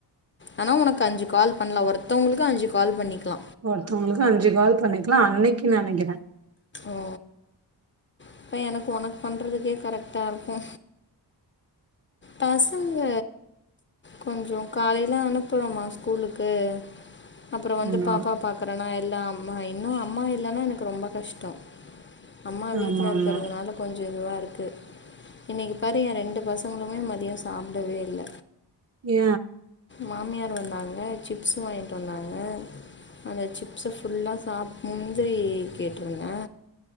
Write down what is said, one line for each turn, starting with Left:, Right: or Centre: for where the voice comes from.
Left: ஆனா உனக்கு அஞ்சு கால் பண்லா ஒருத்தவங்களுக்கு அஞ்சு கால் பண்ணிக்கலா
Right: ஒருத்தங்களுக்கு அஞ்சு கால் பண்ணிக்கலா அன்னைக்கு நெனைக்கிறே
Left: ஓ அப்ப எனக்கு உனக்கு பண்றதுக்கே கரெக்ட்டா இருக்கு பசங்க கொஞ்சு காலையிலா அனுப்புறோமா ஸ்கூலுக்கு அப்புற வந்து
Right: ஆமா
Left: பாப்பா பாக்குற அனா எல்லா அம்மா இன்னு அம்மா இல்லன்னா எனக்கு ரொம்ப கஷ்டோ அம்மா வீட்டு்ல
Right: ஆமா
Left: இருக்கிறதுனால
Right: ஆமா
Left: கொஞ்சு இதுவா இரு இருக்கு இன்னைக்கு பாரு ஏ ரெண்டு பசங்களு மே மதியோ சாப்பிடவே இல்ல
Right: ஏ
Left: மாமியார் வந்தாங்க சிப்ஸ வாங்கிட்டு வந்தாங்க அந்த சிப்ஸ ஃபுல்லா சாப்னு முந்திரி கேட்டுருந்த